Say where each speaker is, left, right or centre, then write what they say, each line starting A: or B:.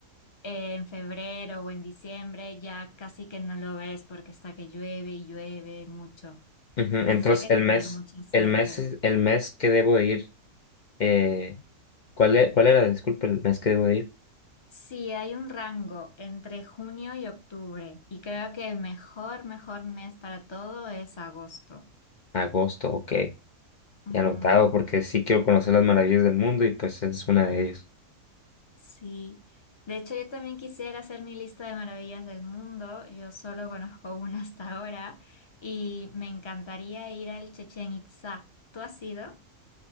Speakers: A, on the left; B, on the left.
A: en febrero o en diciembre ya casi que no lo ves porque está que llueve y llueve mucho.
B: Ujú, Entonces,
A: Entonces hay que
B: el
A: tener
B: mes,
A: mucha suerte.
B: el mes, es- el mes que debo de ir, eh, ¿cuál, e- cuál era? Disculpe, el mes que debo de ir.
A: Sí, hay un rango entre junio y octubre y creo que el mejor, mejor mes para todo es agosto.
B: Agosto, ok.
A: Ujú,
B: Ya anotado porque sí quiero conocer las maravillas del mundo y pues esa es una de ellas.
A: Sí. De hecho, yo también quisiera hacer mi lista de maravillas del mundo. Yo solo conozco una hasta ahora y me encantaría ir al Chechen Itzá. ¿Tú has ido?